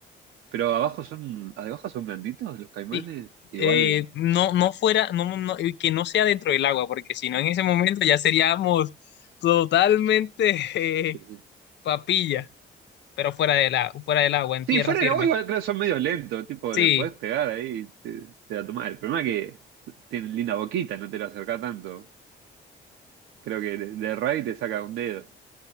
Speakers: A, on the right; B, on the left.
A: pero abajo son, abajo son blanditos los caimanes.
B: Sí.
A: Igual.
B: Eh, no, no fuera, no, no- no, y que no sea dentro del agua, porque si no en ese momento ya seríamos totalmente... <laughs> eh,
A: Sí, sí.
B: papilla. pero fuera de la, fuera del agua, en
A: Sí,
B: tierra
A: fuera
B: firme.
A: del agua igual creo que son medio lentos. Tipo,
B: Sí,
A: le podés pegar ahí y te, te la tomás. El problema es que tienen linda boquita, no te lo acercás tanto. Creo que de, de Ray te saca un dedo,